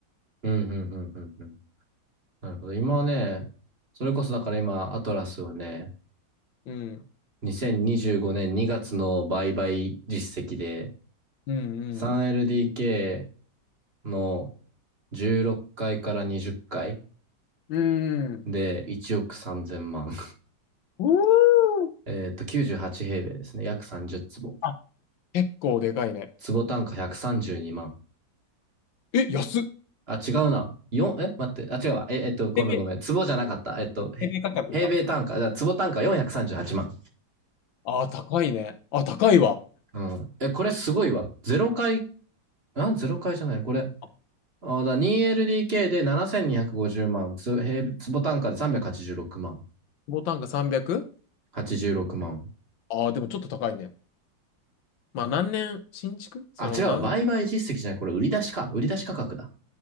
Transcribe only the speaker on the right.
うん、うん、うん、うん。うんなるほど。今はね、それこそだから今、アトラスはね、
2025年2月の売買実績で、
3LDK の16回かいから20回
で1億3000万。
<laughs> えっと、98平米ですね。約30坪。
坪単価132万。
あ、違うな。4、え待って。あ、違うわ。え、えっと、ごめんごめん。
坪じゃなかった。えっと、へ平米単価、
だから坪単価438万。
うん。え、これすごいわ。0回あ、ゼロ回じゃないのこれ。
あ、だ、2LDK で7250万、つ、平、坪単価で386万、
86万。
あ、違うわ、
売買実績じゃない。これ売り出しか、売り出し価格だ。